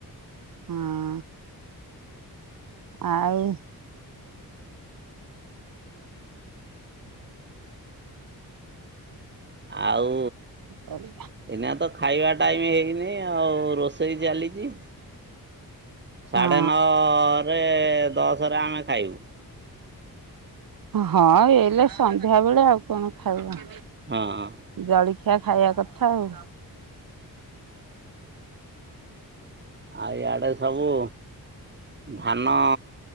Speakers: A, on the right (about 65°); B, on the right (about 30°).
A: ହଁ। ଆଉ।
B: ଆଉ।
A: ହଁ
B: ଏଇନା ତ ଖାଇବା ଟାଇମ ହେଇନେଇ ଆଉ ରୋଷେଇ ଚାଲିଛି। ସାଢ଼େ
A: ଆଉ
B: ନଅରେ ଦଶରେ ଆମେ ଖାଇବୁ।
A: ହଁ ଏଲେ ସନ୍ଧ୍ୟା ବେଳେ ଆଉ କଣ ଖାଇବ।
B: ହଁ ହଁ।
A: ଜଳଖିଆ ଖାଇବା କଥା ଆଉ।
B: ଆ ଇଆଡେ ସବୁ ଧାନ